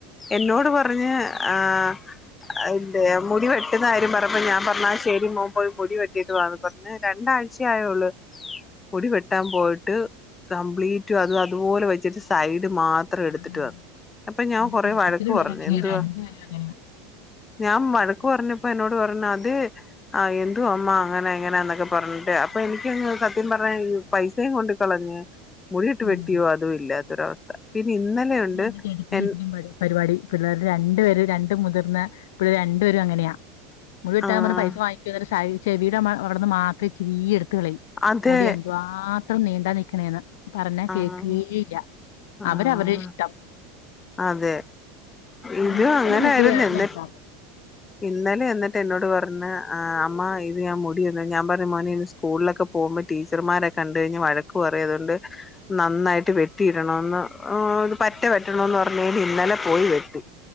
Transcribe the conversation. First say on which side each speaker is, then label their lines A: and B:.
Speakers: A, on the left (about 20°); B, on the left (about 75°).
A: എന്നോട് പറഞ്ഞ് ആഹ് എന്തെ മുടി വെട്ടുന്ന കാര്യം പറഞ്ഞപ്പോ ഞാൻ പറഞ്ഞ് ആ ശെരി മോൻ പോയി മുടി വെട്ടിട്ട് വാന്ന് പറഞ്ഞ് രണ്ടാ ഴ്ച ആയെ ഉള്ള് മുടി വെട്ടാൻ പോയിട്ട് കമ്പ്ലീറ്റും അത് അതുപോലെ വെച്ചിട്ട് സൈഡ് മാത്രം എടുത്തിട്ട്
B: ആഹ്
A: വന്നു അപ്പൊ ഞാൻ
B: എന്റെ
A: കൊറെ
B: ചേട്ടത്തിയുടെ
A: വഴക്ക്
B: പിള്ളേര്
A: പറഞ്ഞു
B: അങ്ങനെയാ
A: എന്തുവാ
B: രണ്ടുപേരും അങ്ങനെയാ.
A: ഞാൻ വഴക്ക് പറഞ്ഞപ്പ എന്നോട് പറഞ്ഞ് അത് എന്തുവാ അമ്മ അങ്ങനെ ഇങ്ങനാന്നൊക്കെ പറഞ്ഞിട്ട് അപ്പൊ എനിക്ക് സത്യം പറഞ്ഞഈ പൈസയും കൊണ്ട് കളഞ്ഞഞ് മുടിയിട്ട്
B: ഉം
A: വട്ട ഇല്ലാത്തൊരവസ്ഥ ഇന്നലെയുണ്ട്
B: എന്റെ ചട്ട
A: എൻ
B: പരിപാടി പിള്ളേർ രണ്ടു പേര് രണ്ട മുതിർന്ന ഇ രണ്ടുേരും അങ്ങനെയാ മുഴുവ വട്ടാൻ
A: ആഹ്
B: പറഞ്ഞ പൈസ വാങ്ങിക്കുവ ചെവിയുടെ അവിടന്ന് മാത്രമേ ഇിരി എടുത്ത കളി
A: അതെ
B: മുടി എന്തു മാത്രം നീണ്ടാ നൽക്കണേന്ന് പറഞ്ഞാ
A: ആഹ്
B: കേക്കയില്ല
A: ആഹ്
B: അവര അവരു ഇഷ്ടം
A: അതെ
B: പെൺപിള്ളേർക്ക്
A: ഇത് അങ്ങനൊയിരുന്നു
B: പിന്നെ മുടി വേണം
A: എന്നി
B: നിർത്താം
A: ഇന്നലെ എന്നിട്ട് എന്നോട് പറഞ്ഞ അമ്മ ഇത് ഞാൻ മുടി വന്ന ഞാൻ പറഞ്ഞു മോന സ്കൂളിലൊക്കെ പോകുമ്പോ ടീച്ചർമാരെ കണ്ട കഴിഞ്ഞ് വഴക്ക് പറയും അതുകൊണ്ട് നന്നായിട്ട് വെട്ടിയിടണന്ന് ഇത് പറ്റ പറ്റണന്ന് പറഞ്ഞ കൽ ഇന്നലെ പോയി വെട്ടി